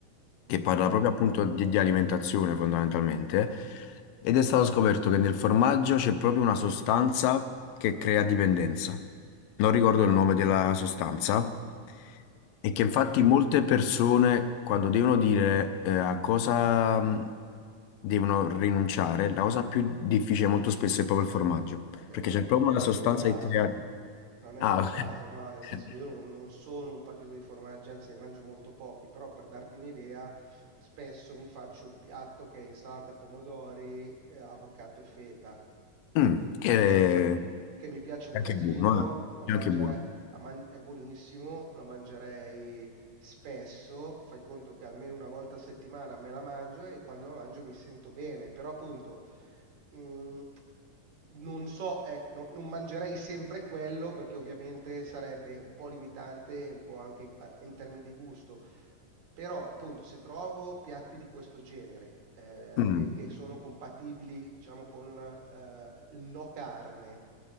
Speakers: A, on the left; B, on the right.
A: che
B: Mm?
A: parla proprio appunto di, di alimentazione fondamentalmente, ed è stato scoperto che nel formaggio c'è proprio una sostanza che crea dipendenza. Non ricordo il nome della sostanza, e
B: Beh,
A: che infatti
B: io-
A: molte persone quando devono dire eh, a cosa mh, devono rinunciare, la cosa più difficile molto spesso è proprio il formaggio,
B: Ok,
A: perché
B: no,
A: c'è proprio
B: non
A: una sostanza
B: è il mio caso.
A: che crea...
B: Non è
A: Ah,
B: il mio caso, no, nel
A: <laughs>
B: senso che io non, non sono un patito di formaggi, anzi ne mangio molto pochi, però per darti un'idea, spesso mi faccio il piatto che è insalata pomodori, eh, avocado e feta.
A: Mm, che è
B: Che mi piace un
A: anche
B: casino,
A: buono, eh.
B: la mangerei
A: È anche buono.
B: la man- è buonissimo, la mangerei spesso, fai conto che almeno una volta a settimana me la mangio e quando la mangio mi sento bene, però appunto mh, non so, ecco, no- non mangerei sempre quello perché ovviamente sarebbe un po' limitante e un po' anche a- in termini di gusto. Però, appunto, se trovo piatti di questo genere eh,
A: Mm.
B: che, che sono compatibili, diciamo, con eh, il no carne